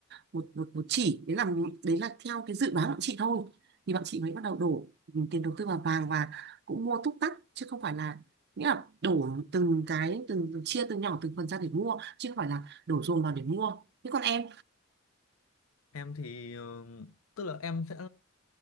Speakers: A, on the right; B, on the left.
A: một một, một chỉ đấy là đấy là theo cái dự đoán của bọn chị thôi thì bọn chị mới bắt đầu đổ ừm, tiền đầu tư vào vàng và cũng mua túc tắc chứ không phải là nghĩa là đổ từng cái từng chia từ nhỏ từng phần ra để mua chứ không phải là đổ dồn vào để mua thế còn em
B: em thì ờ, tức là em sẽ